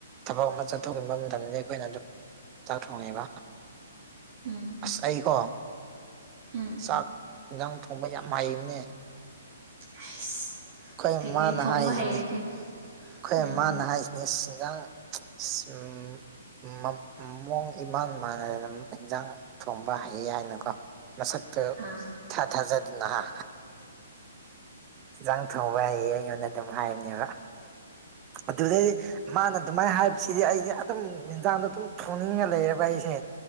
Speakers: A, on the right (about 25°); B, on the right (about 50°).
A: ꯊꯕꯛ ꯑꯃ ꯆꯠꯊꯣꯛꯈꯤꯕ ꯃꯇꯝꯗ ꯑꯩꯈꯣꯏꯅ ꯑꯗꯨꯝ ꯆꯥꯛꯊꯣꯡꯉꯕ
B: ꯎꯝ
A: ꯑꯁ ꯑꯩꯀꯣ
B: ꯎꯝ
A: ꯆꯥꯛ ꯌꯦꯟꯖꯥꯡ ꯈꯣꯡꯕ ꯌꯥꯝ ꯃꯥꯏꯕꯅꯦ
B: ꯑꯁ
A: ꯑꯩꯈꯣꯏ
B: ꯀꯩꯀꯩ
A: ꯃꯥꯅ
B: ꯊꯣꯡꯕ
A: ꯍꯥꯏꯁꯤꯅꯤ
B: ꯍꯩꯔꯒꯦ
A: ꯑꯩꯈꯣꯏ
B: ꯎꯝ
A: ꯃꯥꯅ ꯍꯥꯏꯁꯤꯅꯤ ꯁꯤꯡꯖꯥꯡ ꯎꯝ ꯃꯡ ꯏꯃꯥꯟ ꯃꯥꯟꯅꯅ ꯏꯟꯖꯥꯡ ꯊꯣꯡꯕ ꯍꯩ ꯍꯥꯏꯅꯀꯣ ꯃꯁꯛꯇꯨ
B: ꯑꯥ ꯑꯁ
A: ꯊꯥ ꯊꯥꯖꯗꯅꯍ ꯏꯟꯖꯥꯡ ꯊꯣꯡꯕ ꯍꯥꯏꯌꯦ ꯑꯩꯉꯣꯟꯗ ꯑꯗꯨꯝ ꯍꯥꯏꯕꯅꯦꯕ ꯑꯗꯨꯗꯩꯗꯤ ꯃꯥꯅ ꯑꯗꯨꯃꯥꯏꯅ ꯍꯥꯏꯕꯁꯤꯗꯤ ꯑꯩꯁꯦ ꯑꯗꯨꯝ ꯌꯦꯟꯖꯥꯡꯗꯣ ꯑꯗꯨꯝ ꯊꯣꯡꯅꯤꯡꯉ ꯂꯩꯕ ꯑꯩꯁꯦ